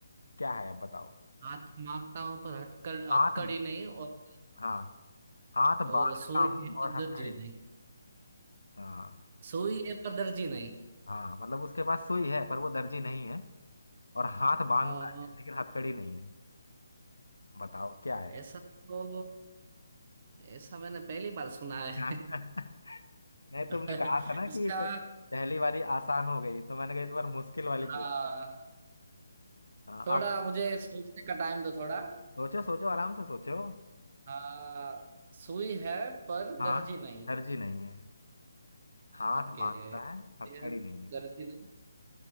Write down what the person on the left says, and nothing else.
क्या है अब बताओ
हाथ
हाँ हाथ
बांधता
हूँ
और हथकड़ी
हाँ
हाँ मतलब उसके पास सुई है पर वो दर्जी नहीं है और हाथ बांधता
है लेकिन हथकड़ी नहीं है बताओ क्या है
<laughs> नहीं
तुमने कहा था ना
कि प- पहली वाली आसान हो गई तो मैंने कहा इस बार मुश्किल वाली
पूछ लो। हाँ
अब
सोचो सोचो आराम से सोचो
हाँ
दर्जी नहीं है हाथ
बांधता
है हथकड़ी
नहीं है